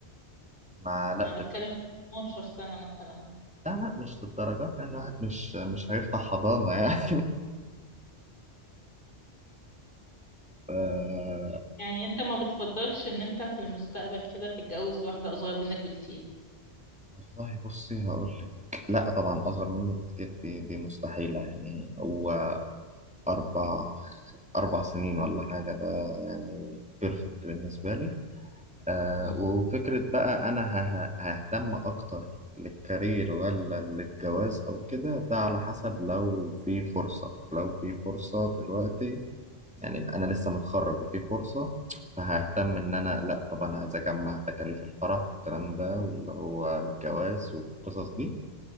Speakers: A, in the centre; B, on the left (about 50°).
A: ما لا
B: انا بتكلم
A: دل...
B: في 12 سنة مثلا
A: لا لا مش للدرجات يعني الواحد مش مش هيفتح حضانة يعني <laughs> ف...
B: يعني انت ما بتفضلش ان انت في المستقبل كده تتجوز واحدة اصغر منك بكتير
A: والله بصي هقول لك لا طبعا أصغر مني بكتير دي دي مستحيلة يعني هو أربع أربع سنين ولا حاجة ده يعني بيرفكت بالنسبة لي آه
B: مم.
A: وفكرة بقى أنا هه- ههتم أكتر للكارير ولا للجواز أو كده ده على حسب لو في فرصة لو في فرصة دلوقتي يعني أنا لسه متخرج وفي فرصة فههتم إن أنا لأ طبعا عايز أجمع تكاليف الفرح والكلام ده واللي هو الجواز والقصص دي